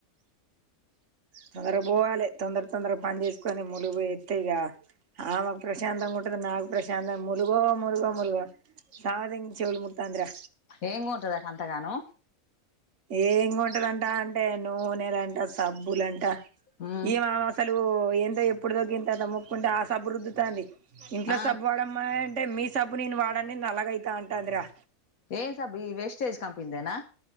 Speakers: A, on the right; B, on the left.
A: తొందరగా పోవాలి తొందర తొందరగా పని చేసుకొని ములుగు ఎస్తా ఇక ఆమెకు ప్రశాంతంగా ఉంటది నాకు ప్రశాంతం ములుగో ములుగో ములుగో సావదం చెవులు ముతందిరా
B: ఏం కొంటది అంతగానూ
A: ఏం కొంటాడంట అంటే నూనెలుంట సబ్బులుంట
B: ఉమ్
A: ఈ మా అసలు ఏందో ఎప్పుడు తగ్గింతో ముక్కుంటే ఆ సబ్బు రుద్దుతాంది ఇంట్లో
B: ఆ
A: సబ్బు వాడమా అంటే మీ సబ్బు నేను వాడడాన్ని నలాగైతా అంటాదిరా
B: ఏన్ సబ్ ఈ వేస్టేజ్ కంపెనీ దేనా